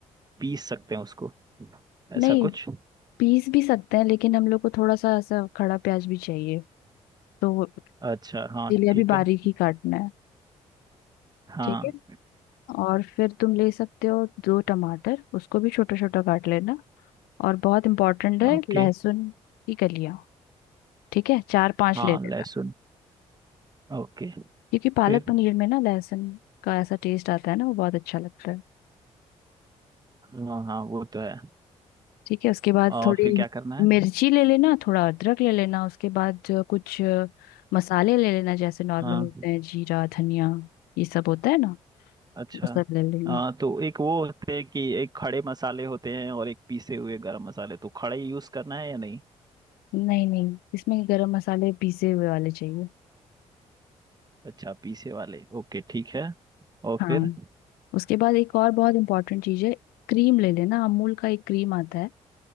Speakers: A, on the right; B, on the left.
A: पीस सकते हैं उसको ऐसा
B: नहीं
A: कुछ
B: पीस भी सकते हैं लेकिन हम लोग को थोड़ा सा ऐसा खड़ा प्याज भी चाहिए तो
A: अच्छा हाँ
B: इसीलिए अभी
A: ठीक
B: बारीक
A: है
B: ही काटना है
A: हाँ
B: ठीक है और फिर तुम ले सकते हो दो टमाटर उसको भी छोटा छोटा काट लेना और बहुत इम्पोर्टेंट है
A: ओके
B: लहसुन की कलियां ठीक है चार पांच
A: हाँ
B: ले लेना
A: लहसुन ओके
B: क्योंकि पालक
A: फिर
B: पनीर में ना लहसुन का ऐसा टेस्ट आता है ना वो बहुत अच्छा लगता है
A: हाँ हाँ वो तो है
B: ठीक है उसके बाद
A: और
B: थोड़ी
A: फिर क्या करना है
B: मिर्ची ले लेना थोड़ा अदरक ले लेना उसके बाद जो कुछ अ, मसाले ले लेना जैसे नॉर्मल
A: हाँ
B: होते हैं जीरा धनिया ये सब होता है ना
A: अच्छा
B: उसका ले लेना
A: हाँ तो एक वो होते हैं कि एक खड़े मसाले होते हैं और एक पीसे हुए गरम मसाले तो खड़े यूज करना है या नहीं
B: नहीं नहीं इसमें गरम मसाले पीसे हुए वाले चाहिए
A: अच्छा पीछे वाले ओके ठीक है और
B: हाँ
A: फिर
B: उसके बाद एक और बहुत इंपॉर्टेंट चीज़ है क्रीम ले लेना अमूल का एक क्रीम आता है